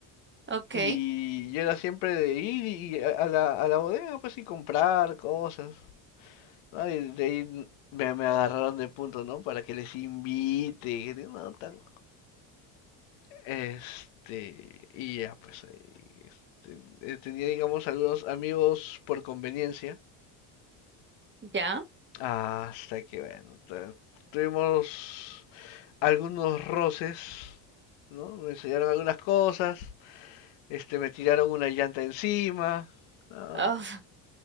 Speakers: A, on the right; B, on the left.
A: Ok.
B: Y yo era siempre de ir y a, a la, a la bodega, pues, y comprar cosas, ¿no? Y de ahí me, me agarraron de punto, ¿no? Para que les invite, y que no, tan... Este, y ya, pues, ahí, este, eh, tenía, digamos, algunos amigos por conveniencia,
A: ¿Ya?
B: hasta que, bueno, tu- tuvimos algunos roces, ¿no? Me enseñaron algunas cosas, este, me tiraron una llanta encima, ah,
A: Oh,